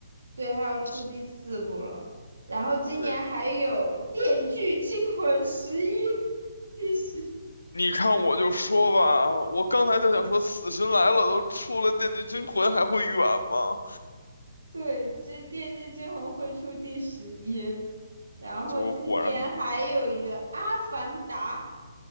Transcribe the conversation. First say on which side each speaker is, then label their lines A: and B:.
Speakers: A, on the right; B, on the left.
A: 对，它要出第四部了。
B: 我
A: 然后今年还有《电锯惊魂十一》<laughs>，
B: 对，
A: 第十一，
B: 你看我就说吧，我刚才就想说《死神来了》都出了，《电锯惊魂》还会远吗？
A: 对，这《电锯惊魂》会出第十一。然后今年还有一个《阿凡达》，
B: 结果果然，